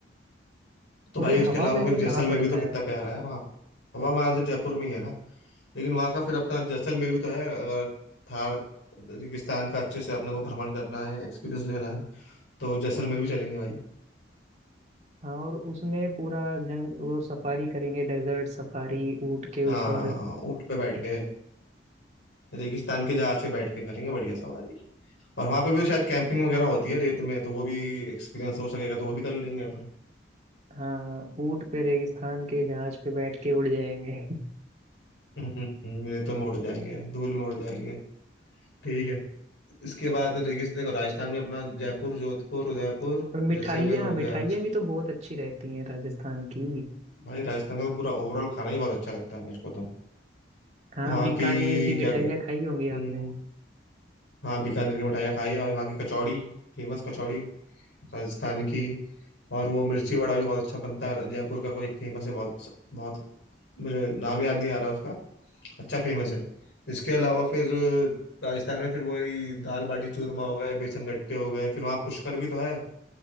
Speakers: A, on the left; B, on the right.
A: तो
B: और
A: भाई
B: ये
A: उसके
B: हवा
A: अलावा
B: महल
A: फिर जैसलमेर
B: कहाँ पड़ता
A: भी तो
B: है
A: कितना प्यारा है वहाँ पे हवा महल तो जयपुर में ही है ना लेकिन वहाँ का फिर अपना जैसलमेर भी तो है अगर थार रेगिस्तान का अच्छे से अपने को भ्रमण करना है एक्सपीरियंस लेना है तो जैसलमेर भी चलेंगे भाई
B: हाँ और उसमें पूरा जंग वो सफारी करेंगे डेजर्ट सफारी ऊँट के ऊपर
A: हाँ ऊँट पे बैठ के रेगिस्तान के जहाज पे बैठ के करेंगे बढ़िया सवारी और वहाँ पे भी तो शायद कैंपिंग वगैरह होती है रेत में तो वो भी एक्सपीरियंस हो सकेगा तो वो भी कर लेंगे अपन
B: हाँ ऊँट पे रेगिस्तान के जहाज पे बैठ के उड़ जाएंगे
A: हम्म, हम्म, रेतों में उड़ जाएंगे धूल में उड़ जाएंगे ठीक है इसके बाद रेगिस्तान देखो राजस्थान में अपना जयपुर जोधपुर उदयपुर
B: <laughs> और मिठाइयाँ
A: जैसलमेर हो
B: मिठाइयाँ
A: गया इसके
B: भी तो बहुत अच्छी रहती हैं राजस्थान की
A: भाई राजस्थान का तो पूरा ओवरऑल खाना ही बहुत अच्छा लगता है मेरे को तो
B: हाँ
A: वहाँ
B: बीकानेर
A: की
B: की मिठाइयाँ
A: क्या क्या
B: खाई होंगी
A: हम्म,
B: आपने
A: हाँ बीकानेर की मिठाइयाँ खाई और वहाँ की कचौड़ी फेमस कचौड़ी राजस्थान की और वो मिर्ची वड़ा भी बहुत अच्छा बनता है जयपुर का कोई एक फेमस है बहुत बहुत मुझे नाम याद नहीं आ रहा उसका अच्छा फेमस है इसके अलावा फिर राजस्थान में फिर वही दाल बाटी चूरमा हो गए बेसन गट्टे हो गए फिर वहाँ पुष्कर भी तो है